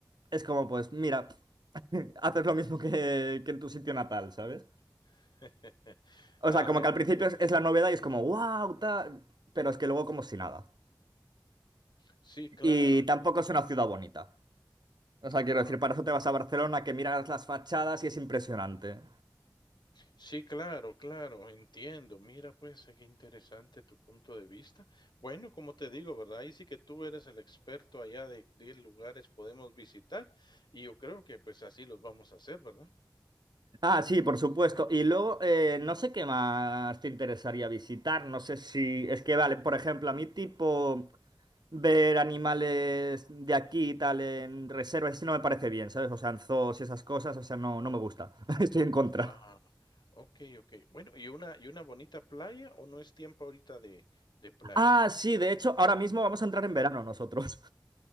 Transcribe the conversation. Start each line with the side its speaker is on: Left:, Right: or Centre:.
Right: es como pues, mira, <laughs> haces lo mismo que, que en tu sitio natal, ¿sabes?
Left: <laughs>
Right: O sea, como
Left: Ah,
Right: que
Left: entiendo.
Right: al principio es, es la novedad y es como, wow, tal, pero es que luego como si nada.
Left: Sí, claro.
Right: Y tampoco es una ciudad bonita. O sea, quiero
Left: Ah,
Right: decir, para eso te vas a Barcelona, que miras las fachadas y es impresionante.
Left: sí, claro, claro, entiendo. Mira, pues, eh, qué interesante tu punto de vista. Bueno, como te digo, ¿verdad? Ahí sí que tú eres el experto allá de qué lugares podemos visitar y yo creo que pues así los vamos a hacer, ¿verdad?
Right: Ah, sí, por supuesto. Y luego, eh, no sé qué más te interesaría visitar. No sé si. Es que, vale, por ejemplo, a mí, tipo, ver animales de aquí y tal en reservas, eso no me parece bien, ¿sabes? O sea, en zoos y esas cosas, o sea, no, no me gusta. <laughs> Estoy en contra.
Left: Ah, okey, okey. Bueno, ¿y una y una bonita playa o no es tiempo ahorita de de playas
Right: Ah,
Left: ahí?
Right: sí, de hecho, ahora mismo vamos a entrar en verano nosotros.